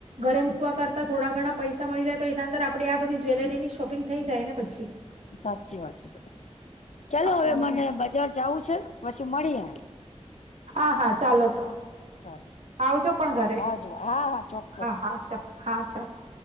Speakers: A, on the right; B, on the left.
A: ઘરે મૂકવા કરતા થોડા ઘણા પૈસા મળી જાય તો એના અંદર આપણેે આ બધી જ્વેલરીની શોપિંગ થઈ જાય ને પછી.
B: સાચી વાત છે સર ચાલો
A: હા
B: હવે મને બજાર જાવું છે પછી મળીએ.
A: હા હા ચાલો તો,
B: ચાલો
A: આવજો પણ ઘરે
B: હાજો હા ચોક્કસ
A: હા હા, ચ હા ચાલો.